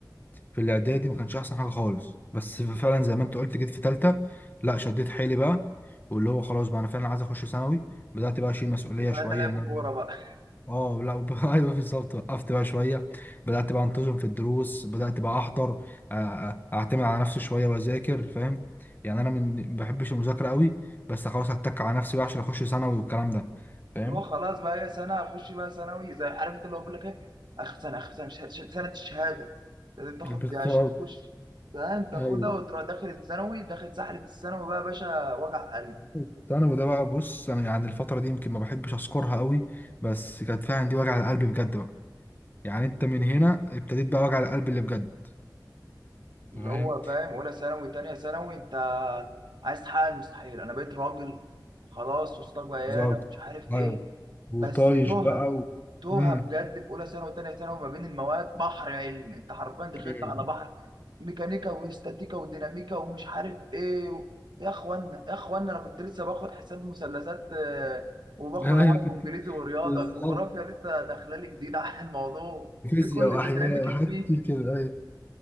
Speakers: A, on the left; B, on the right.
A: في الاعدادي ما كانش احسن حاجه خالص بس فعلا زي ما انت قلت جيت في تالتة لا شديت حيلي بقى واللي هو خلاص بقى انا فعلا عايز اخش ثانوي بدات بقى اشيل مسؤوليه
B: وفعلنا
A: شويه
B: لعب
A: ان انا
B: كوره بقى
A: <laughs> اه لا وب- <laughs> ايوه بالظبط وقفت بقى شويه بدات بقى انتظم في الدروس بدات بقى احضر آه، اعتمد على نفسي شويه واذاكر فاهم يعني انا من ما بحبش المذاكره قوي بس خلاص اتك على نفسي بقى عشان اخش ثانوي والكلام ده فاهم
B: اللي هو خلاص بقى هي سنه اخش بقى ثانوي زي عارف انت اللي هو بيقول لك ايه اخر سنه اخر سنه شه- شه- سنه الشهاده لازم تاخد
A: بالظبط
B: عشان تخش فاهم تاخدها
A: ايوه
B: وتروح داخل الثانوي داخل سحله الثانوي بقى يا باشا وجع قلب
A: الثانوي ده بقى بص انا يعني الفتره دي يمكن ما بحبش اذكرها قوي بس كانت فيها عندي وجع القلب بجد بقى يعني انت من هنا ابتديت بقى وجع القلب اللي بجد
B: اللي
A: فاهم
B: هو فاهم اولى ثانوي تانية ثانوي انت عايز تحقق المستحيل انا بقيت راجل وخلاص وصلت بقى عيالة
A: بالظبط
B: ومش عارف ايه
A: ايوه وطايش
B: بس تهت
A: بقى و...
B: توها
A: امم
B: بجد في اولى ثانوي وثانيه ثانوي ما بين المواد بحر علم انت حرفيا دخلت
A: <laughs>
B: على بحر ميكانيكا واستاتيكا وديناميكا ومش عارف ايه و... يا اخوانا يا اخوانا انا كنت لسه باخد حساب مثلثات آه، وباخد
A: ايوه
B: عربي
A: كنت
B: وانجليزي ورياضه
A: بالظبط
B: الجغرافيا لسه داخله لي جديده على <laughs> الموضوع
A: فيزياء
B: إيه كل
A: واحياء
B: ده ديناميكا
A: وحاجات
B: مين
A: كتير كده ايوه